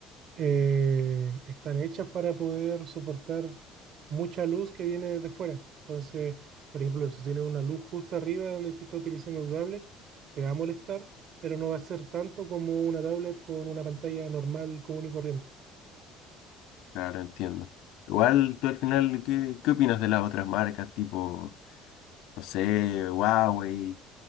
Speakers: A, on the right; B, on the left.
A: eh, están hechas para poder soportar mucha luz que viene desde fuera. Entonces, por ejemplo, si tienes una luz justo arriba de donde tú estás utilizando tu tablet, te va a molestar, pero no va a ser tanto como una tablet con una pantalla normal, común y corriente.
B: Claro, entiendo. Igual tú al final, ¿qué, qué opinas de las otras marcas tipo, no sé, Huawei,